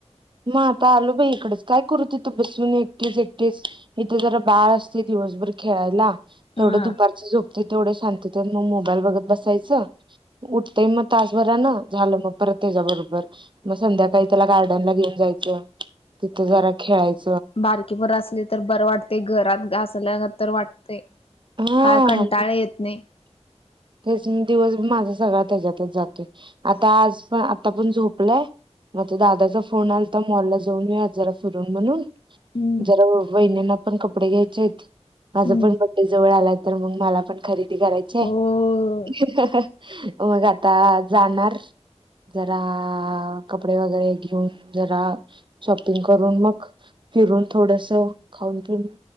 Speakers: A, on the right (about 45°); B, on the left (about 55°).
A: म आता आलो बाई इकडच काय करू तथं बसून एकटीच एकटीच. इथे जरा बाळ असतय दिवसभर खेळायला
B: हा.
A: तेवढं दुपारचं झोप तय तेवढ शांततेन मग मोबाईल बघत बसायचं. उठतंय मग तासभरा न झालं मग परत त्याच्याबरोबर मग संध्याकाळी त्याला गार्डनला घेऊ न जायचं, तिथं जरा खेळायचं.
B: बारकी पोर असली तर बरं वाटतय घरात असल्यागत तर वाटतय.
A: हा
B: काय कंटाळा येत नाही.
A: तेच दिवस माझा सगळा त्याच्यातच जातोय आता आज पण आता पण झोपलाय मग दादाचा फोन आला तर मॉल ला जाऊन ये आ जरा फिरून म्हणून
B: हम्म
A: जरा वहिनीं ना पण कपडे घ्यायचेत माझं
B: हम्म
A: पण बअडे जवळ आलाय तर मग मला पण खरेदी करायचीय.
B: हो.
A: मग आता जाणार. जरा कपडे वगैरे घेऊन जरा शॉपिंग करून मग फिरून थोडस खाऊन पिऊन